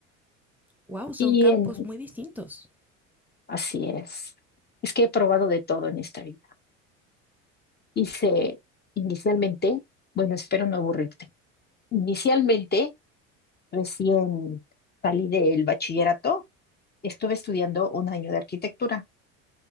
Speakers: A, in the centre; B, on the left (about 25°).
A: Wow, son
B: Y
A: campos
B: en,
A: muy distintos.
B: así es. Es que he probado de todo en esta vida. Hice inicialmente, bueno, espero no aburrirte. Inicialmente Recién salí del bachillerato, estuve estudiando un año de arquitectura,